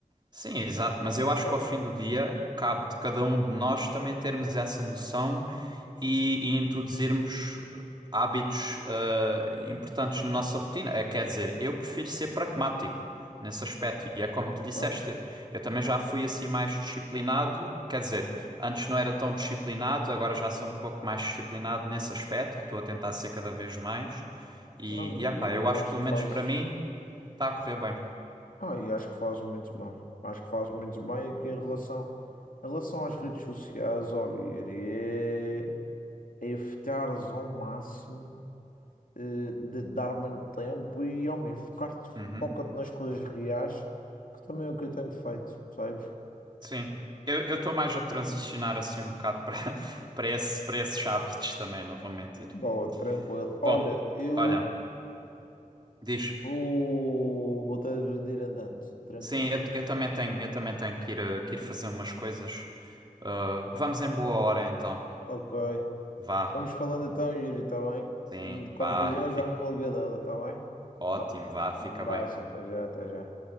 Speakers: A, on the right; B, on the left.
A: Sim, exato, mas eu acho
B: sabes?
A: que ao fim do dia cabe de cada um de nós também termos essa noção e, e introduzirmos hábitos eh, importantes na nossa rotina. É, quer dizer, eu prefiro ser pragmático nesse aspecto e é como tu
B: Ok.
A: disseste, eu também já fui assim mais disciplinado, quer dizer, antes não era tão disciplinado, agora já sou um pouco mais disciplinado nesse aspecto e estou a tentar ser cada vez mais e,
B: Não,
A: e
B: e
A: epá, eu acho
B: acho
A: que pelo
B: que
A: menos
B: fazes.
A: para mim está a correr bem.
B: Ah, e acho que faz muito bem. Acho que faz muito bem aqui em relação, em relação às redes sociais, olha, Yuri, é, é evitares ao máximo eh, de dar muito tempo e, homem, focar-te,
A: Uhum.
B: foca-te nas coisas reais, que também é o que eu tenho feito, percebes?
A: Sim. Eu, eu estou mais a transicionar assim um bocado para <laughs> para esse, para esses hábitos também, não vou mentir.
B: Boa, tranquilo. Olha,
A: Bom,
B: eu
A: olha, diz.
B: vou, vou ter de ir andando, tranquilo.
A: Sim, eu, eu também tenho, eu também tenho que ir, eh, que ir fazer umas coisas. Ah, vamos em boa hora então.
B: Ok.
A: Vá.
B: Vamos falando então, Yuri, está bem?
A: Sim,
B: Hum, Quando
A: vá.
B: quiseres,
A: Fica
B: dá-me uma ligadela, está bem?
A: ótimo,
B: Vai lá.
A: vá, fica
B: Um abraço,
A: bem.
B: até já, até já.